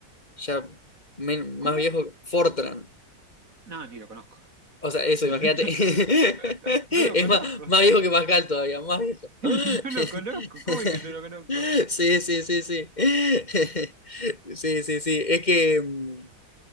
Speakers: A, on the left; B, on the right.
A: ya men-
B: ¿Cómo?
A: más viejo, Fortran.
B: No, ni lo conozco.
A: O sea, eso,
B: <laughs>
A: imagínate. <laughs>
B: <laughs> No
A: Es
B: lo conozco.
A: más, más viejo que Pascal todavía, más viejo.
B: <laughs> No lo conozco.
A: <laughs>
B: ¿Cómo es que no lo conozco?
A: Sí, sí, sí, sí. <laughs> Sí, sí, sí. Es que mm,